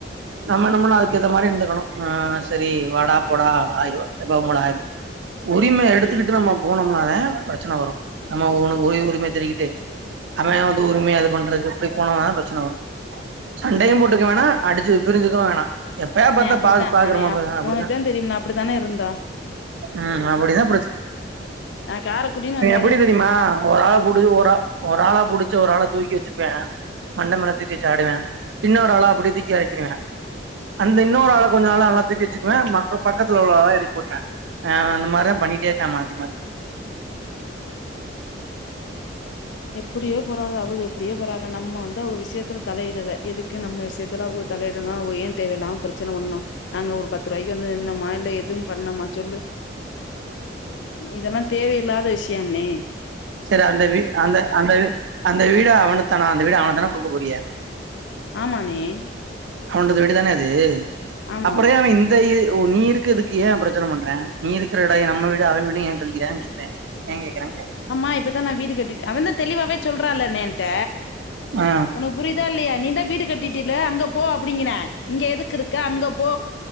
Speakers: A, on the right (about 75°); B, on the left (about 70°).
A: <unintelligible> நம்ம நம்மளா க்கேத்த மாரி இருந்துக்கணு ஆ செரி வாடா போடா ஆயோ இப்ப உங்கள உரிம எடுத்துக்கிட்டு நம்ம போனம்னாதா ப்ரச்சன வரு நம்ம உனக்கு உ உரிம தெரிகிட்டு அவே வந்து உரிமையா அது பண்றது எப்டி போனோனாதா ப்ரச்சன வரு சண்டையு போட்டுக்க வேணா அடிச்சு பிரிஞ்சுக்கவு வேணா எப்பயா பாத்தா
B: நெ அப்டித்தா
A: பா பாக்குறமா பேச அப்டிதா
B: உனக்குதா தெரியும்ன அப்டித்தான இருந்தோ
A: ம் அப்டிதா
B: ம் நா காரக்குடின்னு வந்தா
A: புடி தெரியுமா ஒரு ஆள புடிச்சு ஒரு ஒரு ஆள புடிச்சு ஒரு ஆள தூக்கி வெச்சுப்பா மண்ட மேல தூக்கி வெச்சு ஆடுவெ இன்னொரு ஆளா அப்புடி தூக்கி எறக்கிருவா அந்த இன்னொரு ஆள கொஞ்ச நாளா நல்லா தூக்கி வெச்சுக்குவா மக்க பக்கத்துல உள்ள ஆள எறக்கி போட்டுறா ஆ அவெ அந்த மாரிதா பண்ணிட்டே இருந்தா மாத்தி மாத்தி
B: எப்புடியோ போறாக அவுக எப் ப்டியோ போராக நம்ம வந்து அவுக விஷயத்துல தலையிடல எதுக்கு நம்ம விசயத்துல அவுக தலையி யிடனு அவுக ஏ தேவையில்லாம ப்ரச்சன பண்ணு நாங்க ஒரு பத்து ரூபாய்க்கு வந்து இந்த <unintelligible> எதுவு பண்ணமா சொல்லு இதெல்லா தேவையில்லாத விஷயன்னே
A: சரி அந்த வீ அந்த அந்த அந்த வீட அவனுக் தானா அந்த வீட அவனுக் தானா குடுக்க போறிய
B: ஆமான்னே
A: அவண்டொது வீடுதான அது
B: ஆமா
A: அப்பறோ ஏ அவ இந்த இ இப்போ நீ இருக்குறதுக்கு ஏ ப்ரச்சன பண்றா நீ இருக்குற இடோ ஏ நம்ம வீடு அவன் வீடுன்னு ஏ சொல்லிக்கிறான்னு கேக்குறே ஏங்கேக்குறே
B: ஆம்மா இப்பதா நா வீடு கட்டிட்டே அவந்தா தெளிவாவே சொல்றான்லனே என்ட்ட
A: ஆ
B: உனக்கு புரியுதா இல்லையா நீந்தா வீடு கட்டிட்டில அங்க போ அப்டிங்கிறா இங்க எதுக்கு இருக்க அங்க போ